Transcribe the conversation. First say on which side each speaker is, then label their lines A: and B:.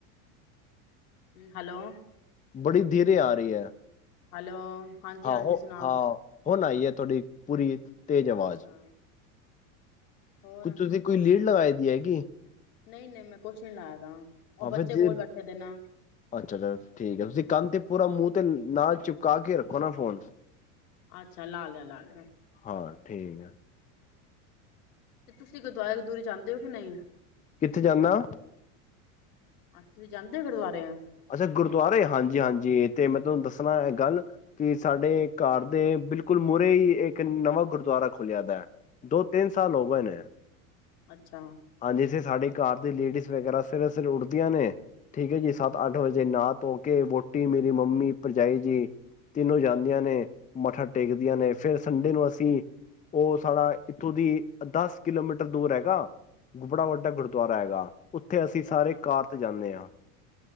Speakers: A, on the left (about 80°); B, on the left (about 20°).
A: ਹੈਲੋ
B: ਬੜੀ ਧੀਰੇ ਆ ਰਹੀ ਹੈ।
A: ਹੈਲੋ ਹਾਂਜੀ
B: ਹਾਂ
A: ਹਾਂਜੀ
B: ਹੋ
A: ਸੁਣਾਓ
B: ਹਾਂ ਹੁਣ ਆਈ ਹੈ। ਤੁਹਾਡੀ ਪੂਰੀ ਤੇਜ ਆਵਾਜ਼
A: ਅੱਛਾ ਹੋਰ
B: ਤੁਸੀਂ ਕੋਈ ਲੀਡ ਲਗਾਈ ਦੀ ਹੈਗੀ
A: ਨਹੀਂ, ਨਹੀਂ ਮੈਂ ਕੁਛ ਨੀ ਲਾਇਆ ਦਾ ਉਹ
B: ਹਾਂ,
A: ਬੱਚੇ
B: ਫਿਰ ਜੇ
A: ਕੋਲ ਬੈਠੇ ਦੇ ਨਾ
B: ਅੱਛਾ-ਅੱਛਾ ਠੀਕ ਹੈ ਤੁਸੀਂ ਕੰਨ ਤੇ ਪੂਰਾ ਮੂੰਹ ਤੇ ਨਾਲ ਚਿਪਕਾ ਕੇ ਰੱਖੋ ਨਾ ਫ਼ੋਨ।
A: ਅੱਛਾ ਲਾ ਲਿਆ ਲਾ ਲਿਆ।
B: ਹਾਂ ਠੀਕ ਹੈ
A: ਤੇ ਤੁਸੀਂ ਗੁਰਦੁਆਰੇ ਦੁਰੇ ਜਾਂਦੇ ਹੋ ਕਿ ਨਹੀਂ।
B: ਕਿੱਥੇ ਜਾਨਾਂ?
A: ਤੁਸੀਂ ਜਾਂਦੇ ਹੋ ਗੁਰਦੁਆਰਿਆਂ
B: ਅੱਛਾ ਗੁਰਦੁਆਰੇ ਹਾਂਜੀ, ਹਾਂਜੀ ਤੇ ਮੈਂ ਤੁਹਾਨੂੰ ਦੱਸਣਾ ਇਹ ਗੱਲ ਕਿ ਸਾਡੇ ਘਰ ਦੇ ਬਿਲਕੁਲ ਮੂਹਰੇ ਹੀ ਇੱਕ ਨਵਾਂ ਗੁਰਦੁਆਰਾ ਖੁ ਬੋਲਿਆ ਦਾ ਦੋ ਤਿੰਨ ਸਾਲ ਹੋ ਗਏ ਨੇ।
A: ਅੱਛਾ
B: ਹਾਂਜੀ ਇੱਥੇ ਸਾਡੇ ਘਰ ਦੀ ਲੇਡੀਜ਼ ਵਗੈਰਾ ਸਵੇਰੇ-ਸਵੇਰੇ ਉੱਠਦੀਆਂ ਨੇ ਠੀਕ ਹੈ ਜੀ। ਸੱਤ ਅੱਠ ਵਜੇ ਨਾ ਧੋ ਕੇ ਵਹੁਟੀ ਮੇਰੀ ਮੰਮੀ ਭਰਜਾਈ ਜੀ ਤਿੰਨੋ ਜਾਂਦੀਆਂ ਨੇ ਮੱਥਾ ਟੇਕਦੀਆਂ ਨੇ ਫਿਰ ਸੰਡੇ ਨੂੰ ਅਸੀਂ ਉਹ ਸਾਡਾ ਇੱਥੋਂ ਦੀ ਦਸ ਕਿਲੋਮੀਟਰ ਦੂਰ ਹੈਗਾ, ਬੜਾ ਵੱਡਾ ਗੁਰਦੁਆਰਾ ਹੈਗਾ। ਉੱਥੇ ਅਸੀਂ ਸਾਰੇ
A: ਅੱਛਾ
B: ਕਾਰ ਚ ਜਾਂਦੇ ਹਾਂ।